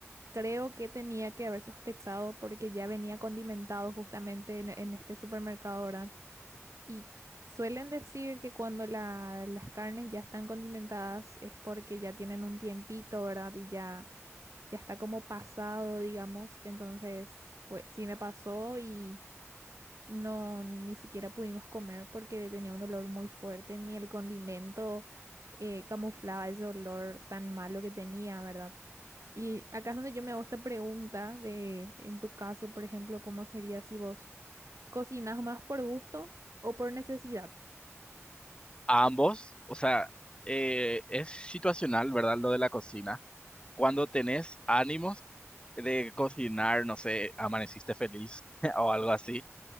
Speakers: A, on the right; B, on the left.
A: creo que tenía que haber sospechado porque ya venía condimentado justamente en, en este supermercado, ¿verdad? Y suelen decir que cuando la- las carnes ya están condimentadas es porque ya tienen un tiempito, ¿verdad? Y ya, ya está como pasado, digamos. Entonces, pues sí me pasó y no, ni siquiera pudimos comer porque tenía un olor muy fuerte, ni el condimento eh, camuflaba ese olor tan malo que tenía, ¿verdad? Y acá es donde yo me hago esta pregunta de, en tu caso, por ejemplo, ¿cómo sería si vos cocinas más por gusto o por necesidad?
B: A ambos, o sea, eh, es situacional, ¿verdad? Lo de la cocina. Cuando tenés ánimos de cocinar, no sé, amaneciste feliz <laughs> o algo así,